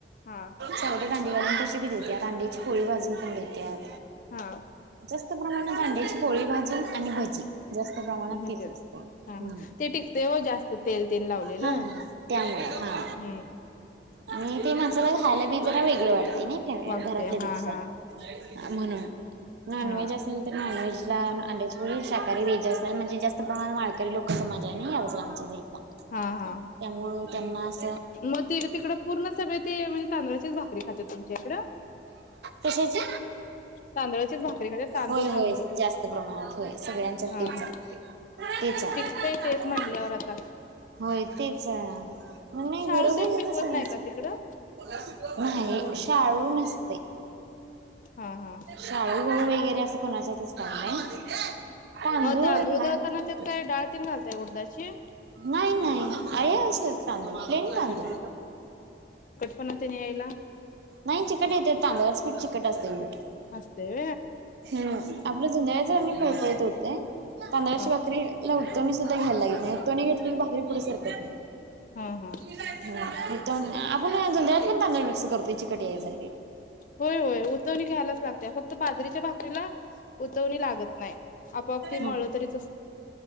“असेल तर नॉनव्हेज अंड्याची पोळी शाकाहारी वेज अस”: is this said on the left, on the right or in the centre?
Right